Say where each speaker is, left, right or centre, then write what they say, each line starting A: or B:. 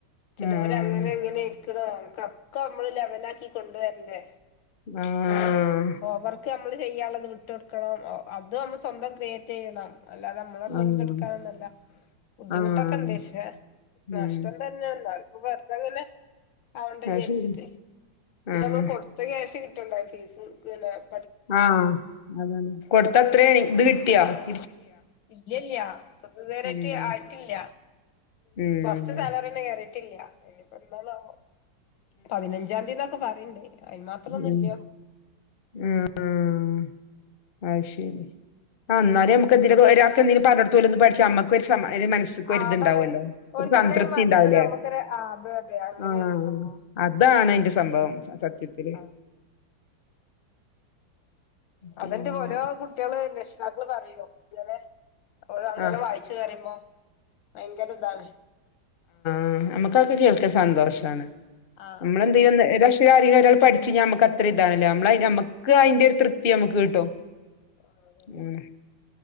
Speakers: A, on the left (about 80°); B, on the left (about 50°).
A: ചിലവര്
B: ആഹ്
A: അങ്ങനെ എങ്ങനെ ഇരിക്കണൊക്കെ നമ്മള് ലെവലാക്കി കൊണ്ടുവരണ്ടേ?
B: ആഹ്
A: ഹോംവർക്ക് നമ്മള് ചെയ്യാനുള്ളത് വിട്ട് കൊടുക്കണം അത് നമ്മള് സ്വന്തം ക്രിയേറ്റ് ചെയ്യണം. അല്ലാതെ നമ്മളൊന്നൊന്നും
B: ആഹ്
A: എടുക്കാനല്ല. ബുദ്ധിമുട്ടൊക്കെ
B: ആഹ്
A: ഉണ്ട് ക്ഷേ
B: ഉം
A: നഷ്ടം തന്നെ <unintelligible> വെറുതങ്ങനെ ആവണ്ടാ
B: അത്
A: വിചാരിച്ചിട്ട്
B: ശരി
A: പിന്നെ
B: ആഹ്
A: നമ്മൾ കൊടുത്ത ക്യാഷ് കി ട്ടുണ്ടായി <unintelligible>
B: ആ അതെ കൊടുത്തത്രയും ഇത് കി
A: ഇല്ലില്ല്യ കുറച്ചു നേരായിട്ട്
B: ഉം
A: ആയിട്ടില്ല
B: ഉം
A: ഫസ്റ്റ് സാലറിന്നെ കേറിയിട്ടില്ല എ എന്നാണാവോ പതിനഞ്ചാം ന്തിയേന്നൊക്കെ പറയ ണിണ്ട് അയിന് മാത്രൊന്നും
B: ഉം
A: ഇല്ല്യ
B: ഉം അത്ശരി ആ ന്നാലും മുക്ക് എന്തേലും ഒരാൾക്ക് എന്തേലും പടഞ്ഞുല്ലോന്ന് പഠിച്ച നമ്മക്ക് ഒരു സമാ അയി ന്റെ മനസ്സിക്ക്
A: ആ
B: ഒരിതുണ്ടാവാല്ലോ
A: അതാണ്
B: ഒരു
A: ഓര്ക്ക്
B: സംതൃപ്തി
A: എന്തെങ്കിലും മാറ്റം
B: ഉണ്ടാവോലേ
A: വരും നമ്മുക്കൊരു ആ അത് അതെ അങ്ങനെയാണ്
B: ആ
A: സംഭവം
B: അതാണ് അ സംഭവം ത്തില്
A: ആ
B: പിന്നെ
A: അതിന്റെ ഓരോ കുട്ടികള് ര താകള് പറയോ ഇവരെ ഒ അങ്ങലെ
B: ആഹ്
A: വായിച്ചു കയുമ്പോ ഭയങ്കര ഇതാണ്
B: ആ നമ്മക്കൊക്കെ കേൾക്ക സന്തോഷാണ്
A: ആ
B: നമ്മള്
A: അതെ
B: എന്ത് ചെയ്യോ ഇതിൽ ആരെങ്കിലും ഒരാൾ പഠിച്ച്ഞാൽ നമ ത്ര ഇതാണല്ലോ നമ്മൾ
A: ആ
B: അയിന് നമക്ക് അതിന്റെ ര് തൃപ്തി നമുക്ക് കിട്ടും
A: ആ അതെ
B: ഉം